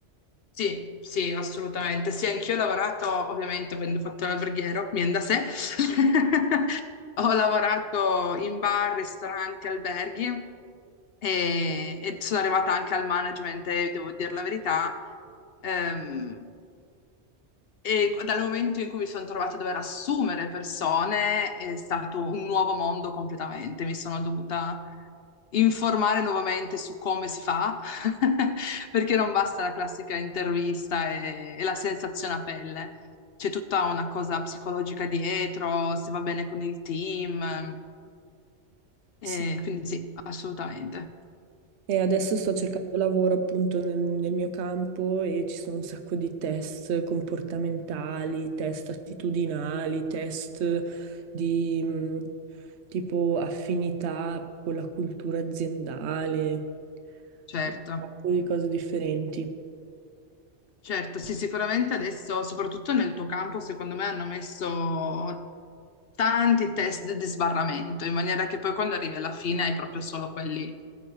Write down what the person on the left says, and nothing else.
Sì, sì, assolutamente. Sì, anch'io ho lavorato, ovviamente, avendo fatto l'alberghiero, viene da sé. <laughs> Ho lavorato in bar, ristoranti, alberghi e, e sono arrivata anche al management e devo dire la verità. ehm, e dal momento in cui mi sono trovata a dover assumere persone, è stato un nuovo mondo completamente. Mi sono dovuta informare nuovamente su come si fa, <laughs> perché non basta la classica intervista e, e la sensazione a pelle. C'è tutta una cosa psicologica dietro, se va bene con il team. eh,
quindi sì, assolutamente,
certo.
Certo, sì, sicuramente adesso, soprattutto nel tuo campo, secondo me hanno messo tanti test di sbarramento, in maniera che poi quando arrivi alla fine hai proprio solo quelli